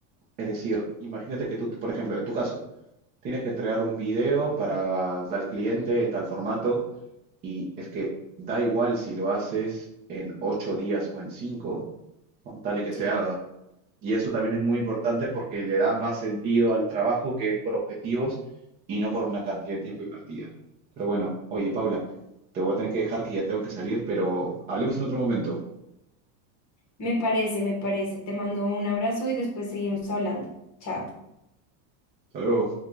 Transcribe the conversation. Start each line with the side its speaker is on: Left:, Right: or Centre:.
Right: Es decir, imagínate que tú, por ejemplo, en tu caso, tienes que entregar un video para tal cliente en tal formato y es que da igual si lo haces en ocho días o en cinco, con tal de que
Left: Sí.
Right: se haga. Y eso también es muy importante porque le da más sentido al trabajo que es por objetivos y no por una cantidad de tiempo invertida. Pero bueno, oye, Paula, te voy a tener que dejar que ya tengo que salir, pero hablemos en otro momento.
Left: Me parece, me parece. Te mando un abrazo y después seguimos hablando. Chao.
Right: Hasta luego.